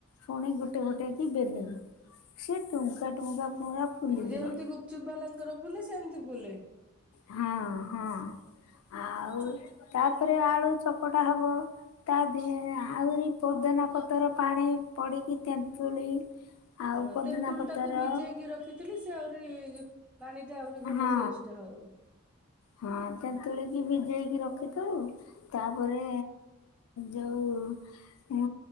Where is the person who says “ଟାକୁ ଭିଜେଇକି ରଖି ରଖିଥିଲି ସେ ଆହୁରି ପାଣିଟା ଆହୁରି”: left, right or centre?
Centre